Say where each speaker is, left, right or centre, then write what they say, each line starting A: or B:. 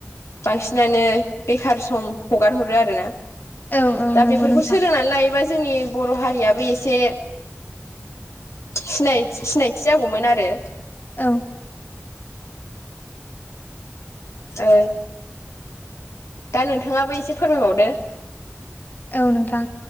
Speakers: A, on the left; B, on the left.
A: बांसिनानो बेखार सम हगार हरो आरोना
B: औ औ
A: दा
B: नंगौ
A: बेफोरखौ
B: नोंथां
A: सोलोंनानै लायोबा जोंनि बर' हारियाबो एसे सिनाय सिनायथि जागौमोन आरो
B: औ।
A: ओ दा नोंथाङाबो एसे फोरमायबावदो।
B: औ नोंथां